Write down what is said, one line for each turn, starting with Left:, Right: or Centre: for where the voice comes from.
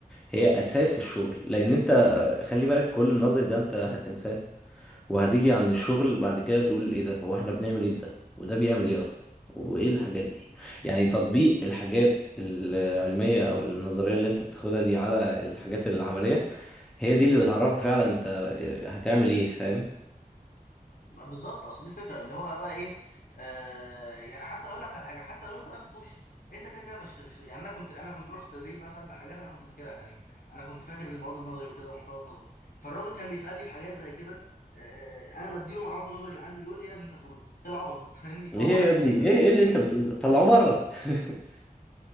Centre: هي اساس الشغل لان انت آه، خلي بالك كل النظري ده انت هتنساه وهتيجي عند الشغل بعد كده تقول ايه ده هو احنا بنعمل ايه بده وده بيعمل ايه اصلا وايه الحاجات دي يعني تطبيق الحاجات العلمية او النظرية اللي انت بتاخدها دي على الحاجات العملية هي دي اللي بتعرفك فعلا انت هتعمل ايه فاهم
Left: ما بالظبط اصل دي الفكره ان هو بقى ايه آه يعني حتى اقول لك على حاجه حتى لو انت ما نسيتوش انت كده كده مش مش- يعني انا كنت انا كنت رحت تدريب مثلا بحاجات انا كنت فاكرها يعني انا كنت فاكر المواد النظري وكده والمحتوى النظري فالراجل كان بيسالني في حاجات زي كده آه انا بديله معلومات النظري اللي عندي بيقول لي يا ابني انت بتقول ده ايه العبط ده <laughs> فاهمني فهو
Centre: ايه يا
Left: دي
Centre: ابني
Left: الفكره
Centre: ايه
Left: <laughs>
Centre: ايه اللي انت بتقوله ده طلعوه بره <laughs>